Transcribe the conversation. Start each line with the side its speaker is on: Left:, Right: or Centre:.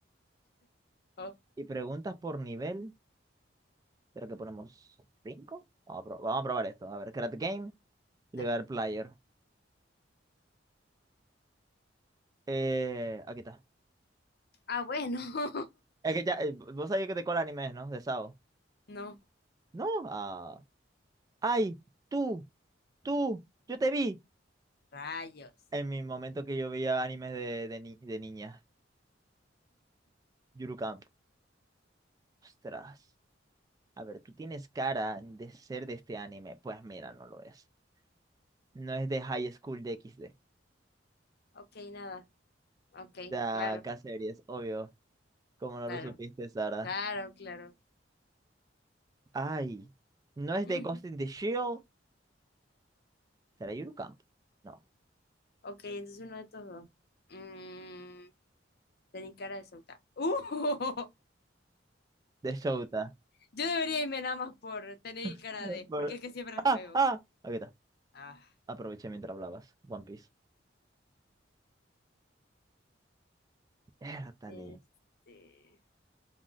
Left: Oh,
Right: Y preguntas por nivel. ¿Será que ponemos cinco. Vamos a, pro- vamos a probar esto. A ver, Create Game. Y
Left: dale.
Right: le voy a dar Player. Eh, aquí está.
Left: Ah, bueno. <laughs>
Right: Es que ya, eh, vos sabés que de cuál anime es, ¿no? De Sao.
Left: No,
Right: No, ah, ay, tú, tú, yo te vi.
Left: rayos.
Right: En mi momento que yo veía animes de, de, ni- de niña, Yuru Camp. Ostras. A ver, tú tienes cara de ser de este anime. Pues mira, no lo es. No es de High School de XD.
Left: Ok, nada. Ok,
Right: De
Left: claro,
Right: K-Series, obvio. Como no
Left: claro,
Right: lo supiste, Sara.
Left: claro, claro.
Right: Ay,
Left: <laughs>
Right: no es de
Left: Mm,
Right: Ghost in the Shell. ¿Será Yuru Camp? No,
Left: Ok, entonces uno de estos dos. Mm, tener cara de solta. ¡Uh! <laughs>
Right: de Shouta.
Left: Yo debería irme nada más por tener
Right: <laughs>
Left: cara de,
Right: Por-
Left: porque es que siempre las
Right: Ah,
Left: pego.
Right: ah. Aquí está.
Left: Ah,
Right: Aproveché mientras hablabas. One Piece. Értale.
Left: este.